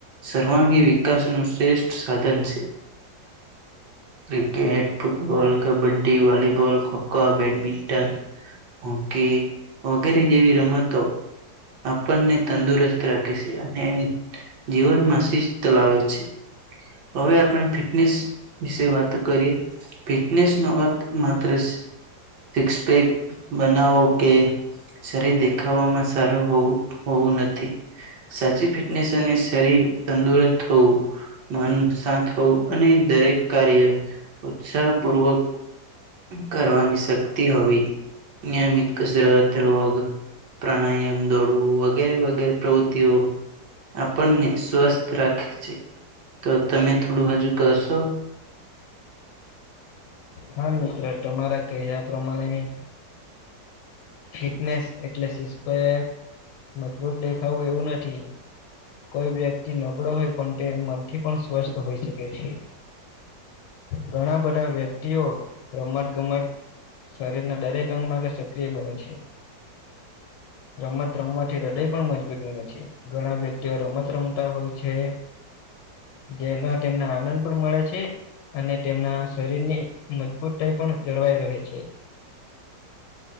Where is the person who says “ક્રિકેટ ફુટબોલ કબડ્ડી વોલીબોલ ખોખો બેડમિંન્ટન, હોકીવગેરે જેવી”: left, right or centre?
Right